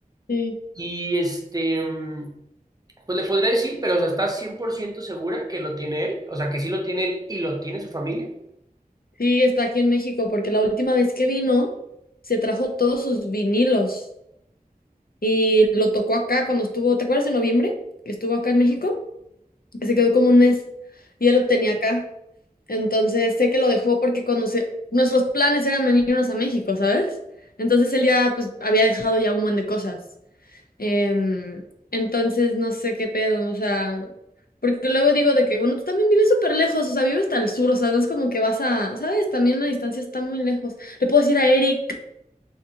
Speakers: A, on the left; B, on the right.
A: Sí.
B: Y este, mm, pues le podría decir, pero o sea, ¿estás 100% segura que lo tiene él? O sea, que sí lo tiene él y lo tiene su familia.
A: Sí, está aquí en México, porque la última vez que vino, se trajo todos sus vinilos y lo tocó acá cuando estuvo, ¿te acuerdas en noviembre? Que estuvo acá en México, que se quedó como un mes y ya lo tenía acá. Entonces sé que lo dejó porque cuando se, nuestros planes eran venirnos a México, ¿sabes? Entonces él ya pues había dejado ya un buen de cosas. Em, entonces, no sé qué pedo, o sea, porque luego digo de que, bueno, tú también vives súper lejos, o sea, vives hasta el sur, o sea, no es como que vas a, ¿sabes? También la distancia está muy lejos. Le puedo decir a Eric,